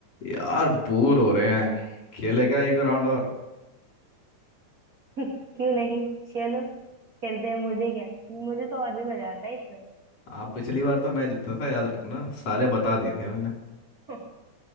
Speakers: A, on the left (about 55°); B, on the right (about 35°).
A: यार बोर हो रहे हैं खेलेगा एक राउंड और
B: <laughs> क्यों नहीं चलो खेलते हैं मुझे क्या मुझे तो और भी मजा आता है इसमें
A: आप पिछली बार तो मैं जीता था याद रखना सारे बता दिए थे मैंने
B: <laughs>